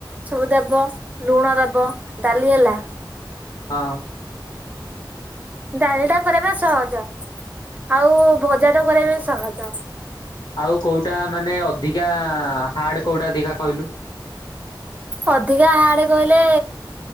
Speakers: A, on the right (about 20°); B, on the left (about 60°).
A: ସବୁ ଦେବ, ଲୁଣ ଦେବ, ଡାଲି ହେଲା।
B: ହଁ
A: ଡାଲି ଟା କରବା ପାଇଁ ସହଜ ଆଉ ଭଜା ଟା କରିବା ପାଇଁ ସହଜ।
B: ଆଉ କୋଉଟା ମାନେ ଅଧିକା ହାର୍ଡ କୋଉଟା ଅଧିକା କହିଲୁ।
A: ଅଧିକା ହାଡ କହିଲେ।